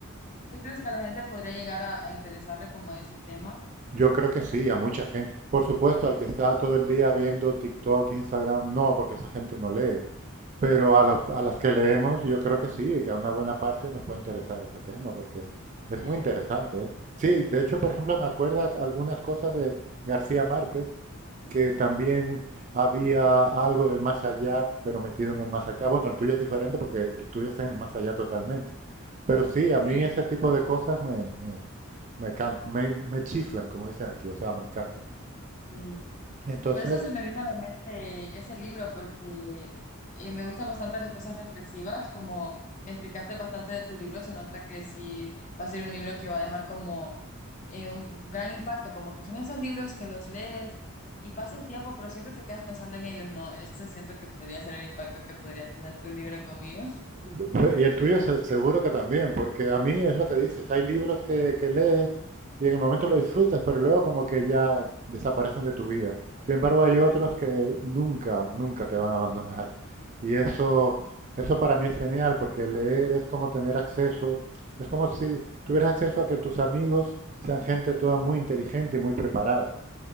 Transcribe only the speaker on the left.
¿tú crees que a la gente podría llegar a, a interesarle como ese tema?
Eh,
sí.
eh,
por eso se me vino a la mente ese libro, porque eh, me gustan bastante las cosas reflexivas, como me explicaste bastante de tu libro, se nota que sí va a ser un libro que va a dejar como eh, un gran impacto, como que son esos libros que los lees y pasa el tiempo, pero siempre te quedas pensando en ellos, no, esto siento que podría ser el impacto que podría tener tu libro conmigo.